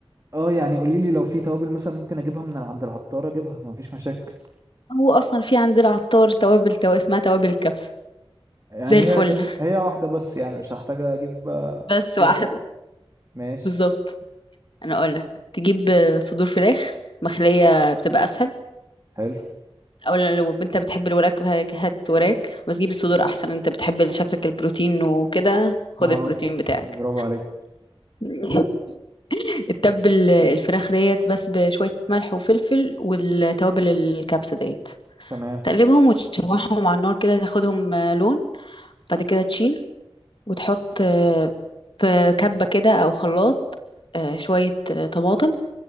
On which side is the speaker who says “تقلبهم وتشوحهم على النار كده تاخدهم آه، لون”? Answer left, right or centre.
Left